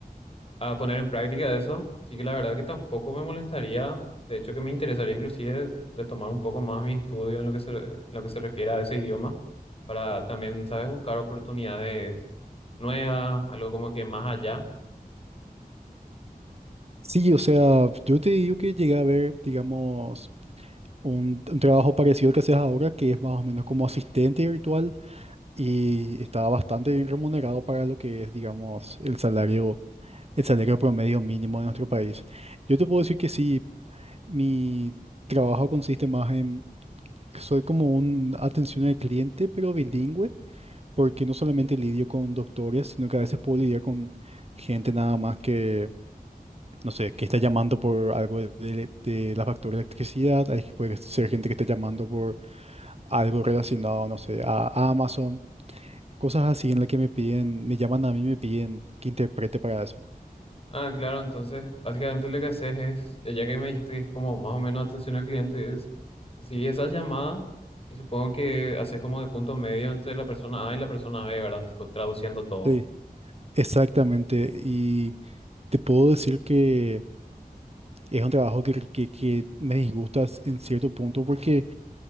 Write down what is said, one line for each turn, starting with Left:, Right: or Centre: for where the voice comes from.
Left: a, a poner en práctica eso, así que la verdad que tampoco me molestaría, de hecho que me interesaría inclusive retomar un poco más mi estudio en lo que se, en lo que se refiere a ese idioma, para también, ¿sabes?, buscar oportunidades nuevas, algo como que más allá.
Right: Sí, o sea, yo te digo que llegué a ver, digamos, un, un trabajo parecido al que haces ahora, que es más o menos como asistente virtual y estaba bastante bien remunerado para lo que es, digamos, el salario, el salario promedio mínimo de nuestro país. Yo te puedo decir que sí, mi trabajo consiste más en, soy como un atención al cliente, pero bilingüe, porque no solamente lidio con doctores, sino que a veces puedo lidiar con gente nada más que, no sé, que está llamando por algo de, de- de la factura de electricidad, hay, puede ser gente que está llamando por algo relacionado, no sé, a Amazon. Cosas así en las que me piden, me llaman a mí y me piden que interprete para eso.
Left: Ah, claro, entonces, básicamente lo que haces es, eh, ya que me dijiste que es como más o menos atención al cliente, es si esas llamadas, y supongo que haces como de punto medio entre la persona A y la persona B, ¿verdad? Tipo traduciendo todo.
Right: Sí, exactamente. Y te puedo decir que es un trabajo que, que, que me disgusta s- en cierto punto porque